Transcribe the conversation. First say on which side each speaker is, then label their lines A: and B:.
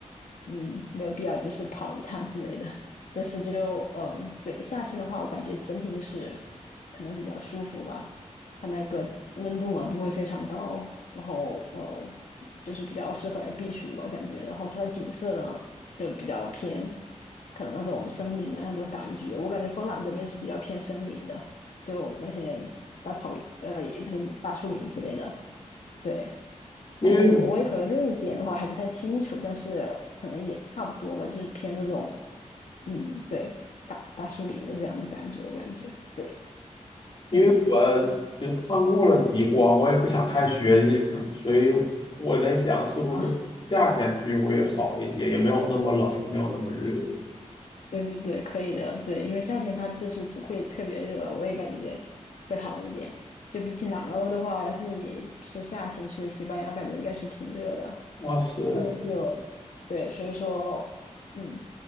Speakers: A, on the left (about 75°); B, on the left (about 45°).
A: 嗯，没有必要就是跑一趟之类的。但是就嗯，对，夏天的话，我感觉整体就是可能比较舒服吧，它那个温度嘛不会非常高，然后哦，嗯就是比较适合来避暑嘛，我感觉。然后它的景色呢就比较偏，可能那种森林啊那种感觉，我感觉芬兰这边是比较偏森林的，就那些大草原，呃，也不是大树林之类的，对。
B: 因为
A: 感觉挪威和瑞典的话还不太清楚，但是可能也差不多吧，就是偏这种，嗯，对，大大树林的这样的感觉，我感觉，对，
B: 因为我就看过了极光，
A: 嗯，
B: 我也不想看雪景，所以我在想是不是夏天去会好一些，
A: 好。
B: 也没有那么冷，也没有那么热。
A: 对对对，可以的。对，因为夏天它就是不会特别热我也感觉会好一点。就比起南欧的话，要是你是夏天去的西班牙，感觉应该是挺热的。
B: 那是。
A: 呃，就对，所以说，嗯，